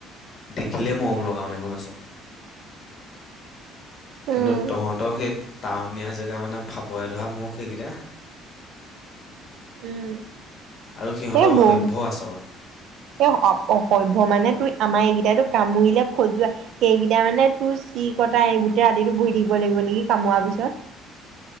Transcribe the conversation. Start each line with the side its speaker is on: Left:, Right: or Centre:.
Left: দেখিলে মৰম লগা মানে গমাইছ।
Right: উম,
Left: কিন্তু তহঁতৰ সেত। টাৱনীয়া জেগা মানে ফাপৰে ধৰা মোক সেইকেইটা।
Right: উম
Left: আৰু সিহঁতৰ
Right: এই
Left: অসভ্য
Right: বহু
Left: আচৰণ
Right: এই অ অসভ্য মানে তু আমাৰ এইকেইটাতো কামুৰিলে। খজোৱা। সেইকেইটা মানে তোৰ চি কটা এই গোটেই ৰাতিতো বহি থাকিব লাগিব নেকি? কামোৱাৰ পিছত।